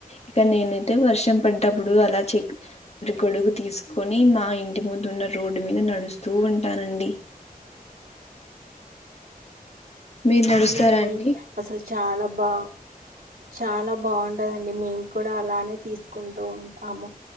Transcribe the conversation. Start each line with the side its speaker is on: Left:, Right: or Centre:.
Left: ఇక నేనైతే వర్షం పడ్డప్పుడు అలా చెక్ గొడుగు తీసుకొని మా ఇంటి ముందు ఉన్న రోడ్డు మీద నడుస్తూ ఉన్ టానండి మీరు నడుస్తారా
Right: అవునండి
Left: అండి
Right: అసలు చాలా బా చాలా బాగుంటదండి మేము కూడా అలానే తీసుకుంటూ ఉంటాము.